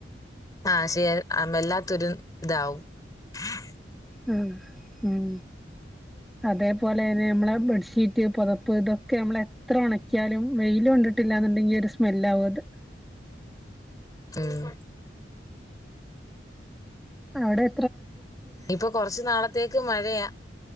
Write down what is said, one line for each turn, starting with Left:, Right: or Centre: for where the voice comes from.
Left: ആഹ ശ ആമേല്ല തുരു ഇതാവും <inaudible> <unintelligible>
Centre: ആ ഉം അതേപോലെന്നെ നമ്മളെ ബെഡ്ഷീറ്റ് പുതപ്പ് ഇതൊക്കെ നമ്മളെത്ര ഉണക്കിയാലും വെയില് കൊണ്ടിട്ടില്ലന്നുണ്ടെങ്കി ഒരു സ്മെല്ലാവും അത്
Left: ഉം <unintelligible>
Centre: അവ്ടെ
Left: ഇപ്പൊ കൊറച്ചു നാളത്തേക്ക് മഴയാ